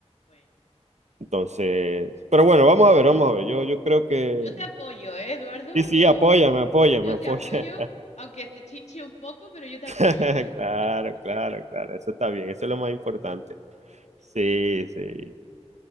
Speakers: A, on the left; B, on the right.
A: bueno.
B: Entonces, pero bueno, vamos a ver, vamos a ver. Yo, yo
A: Es...
B: creo que...
A: Yo te apoyo, ¿eh, Eduardo?
B: Sí, sí,
A: Yo,
B: apóyame, apóyame,
A: yo
B: apóyame.
A: te apoyo, aunque te chinche un poco, pero yo te apoyo.
B: <laughs>
A: <laughs>
B: Claro, claro, claro. Eso está bien, eso es lo más importante. Sí,
A: Es...
B: sí.